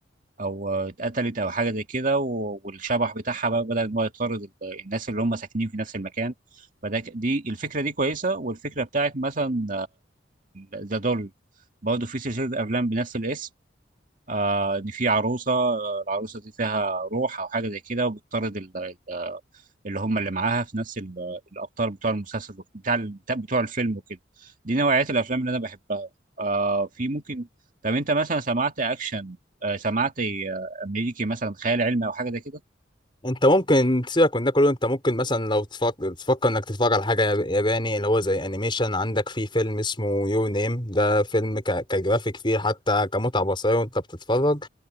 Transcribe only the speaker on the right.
أو آه، اتقتلت أو حاجة زي كده و- والشبح بتاعها بقى بدأ إن هو يطارد ال- الناس اللي هم ساكنين في نفس المكان فده ك- دي الفكرة دي كويسة والفكرة بتاعت مثلا ذا دول برضه في سلسلة أفلام بنفس الاسم آه إن في عروسة آه، العروسة دي فيها روح أو حاجة زي كده وبتطارد ال- اللي هم اللي معاها في نفس ال- الابطال بتوع المسلسل بتاع ال- بتاع بتوع الفيلم وكده دي نوعية الافلام اللي انا بحبها آه في ممكن طب انت مثلا سمعت اكشن آه سمعت آه، امريكي مثلا خيال علمي او حاجه زي كده